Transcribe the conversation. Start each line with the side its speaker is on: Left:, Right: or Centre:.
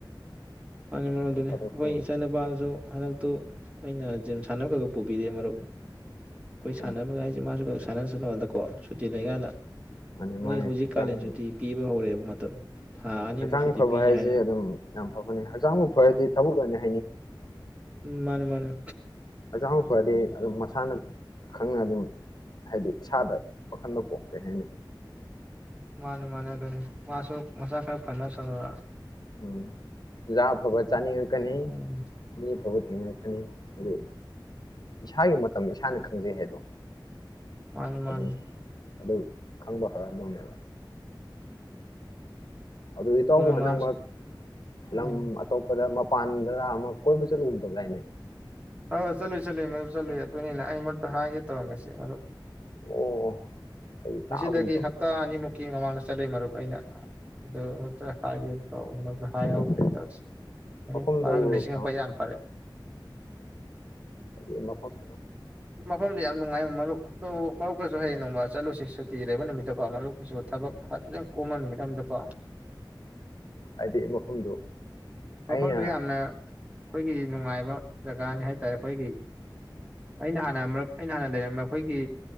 Right: ꯃꯥꯟꯅꯤ ꯃꯔꯨꯞ ꯑꯗꯨꯅꯤ
Left: ꯐꯥꯗꯣꯛꯁꯨ
Right: ꯑꯩꯈꯣꯏ ꯏꯆꯥ ꯅꯨꯄꯥꯗꯁꯨ ꯍꯟꯗꯛꯇꯨ ꯑꯩꯅ ꯖꯤꯝ ꯁꯥꯟꯅꯕꯒ ꯄꯨꯕꯤꯔꯦ ꯃꯔꯨꯞ ꯈꯣꯏ ꯁꯟꯅꯟꯅꯉꯥꯏꯁꯦ
Left: ꯎꯝ
Right: ꯃꯥꯁꯨ ꯁꯥꯟꯅꯁꯨꯗꯅꯥꯀꯣ ꯁꯨꯇꯤ ꯂꯩꯀꯥꯟꯅ
Left: ꯃꯥꯅꯤ ꯃꯥꯅꯤ
Right: ꯃꯣꯏ ꯍꯧꯖꯤꯛ
Left: ꯍꯛꯆꯥꯡ
Right: ꯀꯥꯂꯦꯟ ꯁꯨꯇꯤ ꯄꯤꯕ ꯍꯧꯔꯦꯕ ꯃꯇꯝ ꯊꯥ ꯑꯅꯤꯃꯨꯛ
Left: ꯍꯛꯆꯥꯡ
Right: ꯁꯨꯇꯤ
Left: ꯐꯕ
Right: ꯄꯤꯅꯤ
Left: ꯍꯥꯏꯁꯦ
Right: ꯍꯥꯏ
Left: ꯑꯗꯨꯝ ꯌꯥꯝ ꯐꯕꯅꯤ ꯍꯛꯆꯥꯡꯕꯨ ꯐꯔꯗꯤ ꯊꯕꯛ ꯂꯣꯏꯔꯦ
Right: ꯃꯥꯟꯅꯦ ꯃꯥꯟꯅꯦ
Left: ꯍꯛꯆꯥꯡꯕꯨ ꯐꯔꯗꯤ ꯑꯗꯨꯝ ꯃꯁꯥꯅ ꯈꯪꯅ ꯑꯗꯨꯝ ꯍꯥꯏꯗꯤ ꯏꯁꯥꯗ ꯋꯥꯈꯟꯗ ꯄꯣꯛ ꯀꯩ ꯍꯥꯏꯅꯤ
Right: ꯃꯥꯟꯅꯤ ꯃꯥꯟꯅꯦ ꯑꯗꯨꯅꯤ ꯃꯥꯁꯨ ꯃꯁꯥ ꯈꯔ ꯐꯔꯁꯅꯣꯅ
Left: ꯎꯝ ꯆꯤꯟꯖꯥꯛ ꯑꯥꯐꯥꯕ ꯆꯥꯅꯤꯡꯉꯛꯀꯅꯤ
Right: ꯎꯝ
Left: ꯃꯤ ꯑꯐꯕ ꯊꯦꯡꯅꯔꯛꯀꯅꯤ ꯍꯥꯏꯗꯤ ꯏꯁꯥꯒꯤ ꯃꯇꯝ ꯏꯁꯥꯅ ꯈꯪꯖꯩ ꯍꯥꯏꯗꯣ
Right: ꯃꯥꯟꯅꯤ ꯃꯥꯟꯅꯤ
Left: ꯑꯗꯨꯅꯤ ꯑꯗꯨ ꯈꯪꯕ ꯍꯧꯔꯛꯑꯝꯃꯅꯦꯕ ꯑꯗꯨ ꯏꯇꯥꯎ
Right: ꯑꯗꯨꯅ
Left: ꯍꯟꯗꯛ
Right: ꯃꯥ
Left: ꯃꯔꯛ
Right: ꯎꯝ
Left: ꯂꯝ ꯑꯇꯣꯞꯄꯗ ꯃꯄꯥꯟꯗ ꯑꯃꯛ ꯀꯣꯏꯕ ꯆꯠꯂꯨꯨꯝꯗꯂꯥꯏꯅꯦ
Right: ꯍꯣꯏ ꯍꯣꯏ ꯆꯠꯂꯨꯏ ꯆꯠꯂꯨꯏ ꯃꯗꯔꯨꯞ ꯆꯠꯂꯨꯏ ꯑꯗꯨꯅꯤꯅ ꯑꯩ ꯃꯔꯨꯠꯇ ꯍꯥꯏꯒꯦ ꯇꯧꯔꯝꯃꯤꯁꯤ ꯃꯗꯨ
Left: ꯑꯣ ꯑꯩ
Right: ꯉꯁꯤꯗꯒꯤ
Left: ꯇꯥꯒꯨꯝ ꯇꯧꯕ
Right: ꯍꯞꯇꯥ ꯑꯅꯤꯃꯨꯛꯀꯤ ꯃꯃꯥꯡꯗ ꯆꯠꯂꯨꯏ ꯃꯔꯨꯞ ꯑꯩꯅ ꯑꯗꯨ ꯑꯃꯛꯇ ꯍꯥꯏꯒꯦ ꯇꯧꯕꯛꯇ ꯍꯥꯏꯍꯧꯗ꯭ꯔꯦ
Left: ꯑꯣ
Right: ꯇꯧꯁꯤ ꯃꯔꯨꯞ
Left: ꯃꯐꯝꯗꯨ
Right: ꯃꯔꯨꯞꯅꯥ ꯅꯤꯡꯁꯤꯡꯉꯛꯄ ꯌꯥꯝ ꯐꯔꯦ
Left: ꯍꯧꯖꯤꯛ ꯃꯐꯝꯗ
Right: ꯃꯐꯝꯗ ꯌꯥꯝ ꯅꯨꯡꯉꯥꯏꯕ ꯃꯔꯨꯞ ꯑꯗꯨ ꯃꯔꯨꯞꯀꯁꯨ ꯍꯌꯦꯡ ꯅꯣꯡꯃ ꯆꯠꯂꯨꯁꯤ ꯁꯨꯇꯤ ꯂꯩꯕ ꯅꯨꯃꯤꯠꯇꯀꯣ ꯃꯔꯨꯞꯀꯤꯁꯨ ꯊꯕꯛ ꯈꯤꯇꯪ ꯀꯣꯝꯕ ꯅꯨꯃꯤꯠ ꯑꯃꯗꯀꯣ
Left: ꯍꯥꯏꯗꯤ ꯃꯐꯝꯗꯣ
Right: ꯃꯐꯝꯗꯨ
Left: ꯑꯩꯅ
Right: ꯌꯥꯝꯅ ꯑꯩꯈꯣꯏꯒꯤ ꯅꯨꯡꯉꯥꯏꯕ ꯖꯒꯥꯅꯤ ꯍꯥꯏꯇꯥꯔꯦ ꯑꯩꯈꯣꯏꯒꯤ ꯑꯩꯅ ꯍꯥꯟꯅ ꯑꯩꯅ ꯍꯥꯟꯅ ꯂꯩꯔꯝꯕ ꯑꯩꯈꯣꯏꯒꯤ